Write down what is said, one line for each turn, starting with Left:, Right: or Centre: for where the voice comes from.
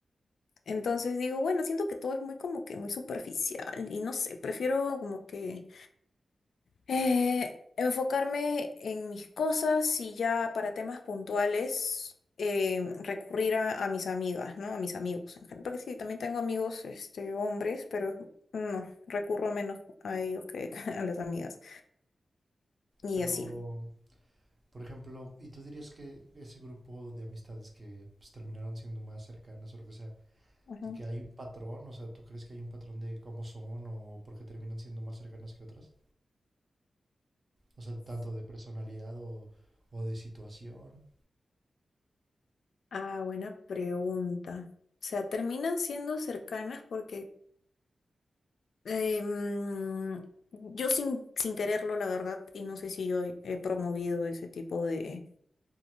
Left: Entonces digo, bueno, siento que todo es muy como que muy superficial y no sé, prefiero como que eh, enfocarme en mis cosas y ya para temas puntuales eh, recurrir a, a mis amigas, ¿no? A mis amigos en general. Porque sí, también tengo amigos, este, hombres, pero no, recurro menos a ellos que <laughs> a las amigas y
Right: Pero,
Left: así.
Right: por ejemplo, ¿y tú dirías que ese grupo de amistades que pues, terminaron siendo más cercanas o lo que sea,
Left: Ujú.
Right: de que hay un patrón? O sea, ¿tú crees que hay un patrón de cómo son o por qué terminan siendo más cercanas que otras? O sea, tanto de personalidad o, o de situación.
Left: Ah, buena pregunta. O sea, terminan siendo cercanas porque Em, yo sin, sin quererlo, la verdad, y no sé si yo he promovido ese tipo de,